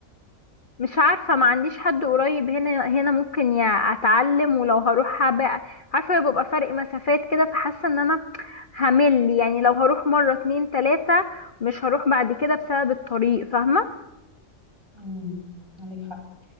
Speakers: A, on the left; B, on the right.
A: مش عارفه ما عنديش حد قريب هنا هنا ممكن يا اتعلم ولو هروح بقى عارفه بيبقى فرق مسافات كده فحاسه ان انا همل يعني لو هروح مره اتنين تلاته مش هروح بعد كده بسبب الطريق فاهمه
B: امم عندك حق